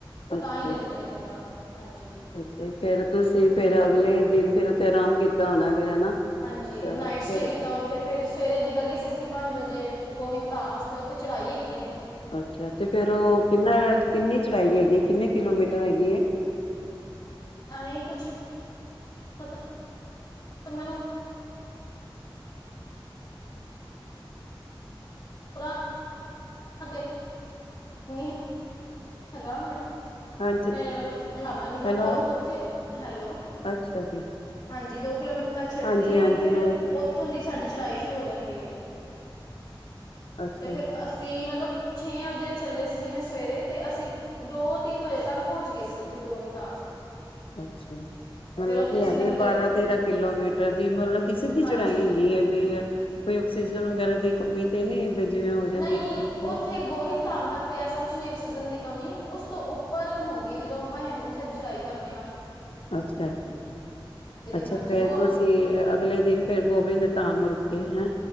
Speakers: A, on the left (about 45°); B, on the left (about 85°).
A: ਤੇ
B: ਅੱਛਾ
A: ਤਾਂ ਹੀ ਦਿੰਦੇ ਨੇ ਕਮਰਾ ਹਾਂਜੀ।
B: ਅੱਛਾ ਫੇਰ ਤੁਸੀਂ ਫੇਰ ਅਗਲੇ ਦਿਨ ਫੇਰ ਉੱਥੇ ਅਰਾਮ ਕੀਤਾ ਹੋਣਾ? ਫੇਰ ਹਨਾ?
A: ਹਾਂਜੀ
B: ਅੱਛਾ
A: ਨਾਈਟ ਸਟੇ
B: ਫੇਰ
A: ਕੀਤਾ ਉੱਥੇ ਫੇਰ। ਸਵੇਰੇ ਨਿਕਲ ਗਏ ਸੀ ਅਸੀਂ ਪੰਜ ਵਜੇ ਗੋਵਿੰਦ ਧਾਮ ਵਾਸਤੇ ਉੱਥੇ ਚੜ੍ਹਾਈ ਹੈਗੀ ਏ।
B: ਅੱਛਾ ਤੇ ਫੇਰ ਉਹ ਕਿੰਨਾ ਕਿੰਨੀ ਚੜਾਈ ਹੈਗੀ ਏ ਕਿੰਨੀ? ਕਿਲੋਮੀਟਰ ਹੈਗੀ ਏ।
A: ਏਵੇਂ ਕੁਛ ਮਤ ਮੈਨੂੰ <unintelligible> <unintelligible> ਹੇਗਾ।
B: ਹਾਂਜੀ
A: ਮ ਮਤਲਬ ਹਾਬ ਨਾਲ ਨੀ ਪਤਾ
B: ਹੈਲੋ
A: ਉੱਥੇ ਹੈਲੋ
B: ਅੱਛਾ ਜੀ
A: ਹਾਂਜੀ ਦੋ ਕਿਲੋਮੀਟਰ ਤੱਕ ਛੱਡਦੀ
B: ਹਾਂਜੀ
A: ਐ,
B: ਹਾਂਜੀ
A: ਉਹ ਫਿਰ
B: ਮੈਂ
A: ਉੱਥੋਂ ਦੀ ਸਾਡੀ ਚੜਾਈ ਸ਼ੁਰੂ ਹੋ ਜਾਂਦੀ ਹੈ।
B: ਅੱਛਾ
A: ਤੇ ਫੇਰ ਅਸੀਂ ਮਤਲਬ ਛੇ ਵਜੇ ਚੱਲੇ ਸੀ ਜਿਵੇਂ ਸਵੇਰੇ ਤੇ ਅਸੀਂ ਦੋ ਤਿੰਨ ਵਜੇ ਤੱਕ ਪਹੁੰਚ ਗਏ ਸੀ, ਉੱਥੇ ਗੋਬਿੰਦ ਧਾਮ।
B: ਅੱਛਾ। ਮਤਲਬ
A: ਫੇਰ ਉੱਥੇ
B: ਕੀ
A: ਅਸੀਂ
B: ਹੈਗੇ
A: ਲੰਗਰ
B: ਬਾਰਾਂ-ਤੇਰਾਂ ਕਿਲੋਮੀਟਰ ਦੀ ਮਤਲਬ ਕਿ ਸਿੱਧੀ
A: ਹਾਂਜੀ
B: ਚੜਾਈ ਹੈਗੀ ਹੈ ਵੀਈ। ਕੋਈ ਆਕਸੀਜਨ ਵਗੈਰਾ ਦੀ ਕਮੀ ਤੇ ਨਹੀਂ। ਜਿਵੇਂ ਹੋ ਜਾਂਦੀ
A: ਨਹੀਂ
B: ਹੈ
A: ਉੱਥੇ ਗੋਬਿੰਦ ਧਾਮ ਤੱਕ ਤੇ ਐਸਾ ਕੁਛ ਨਹੀਂ। ਸੀਜਨ ਦੀ ਕਮੀ, ਉਸ ਤੋਂ ਉੱਪਰ ਹੁੰਦੀ ਜਦੋਂ ਆਪਾਂ ਹੇਮਕੁੰਟ ਸਾਹਿਬ ਦੀ ਚੜਾਈ ਕਰਨੇ ਹਾਂ।
B: ਅੱਛਾ-ਅੱਛਾ,
A: ਹਾਂਜੀ
B: ਫੇਰ
A: ਗੋ
B: ਤੁਸੀਂ ਅਗਲੇ ਦਿਨ ਫੇਰ ਗੋਬਿੰਦ ਧਾਮ ਰੁ ਕਿ ਹੈਂ।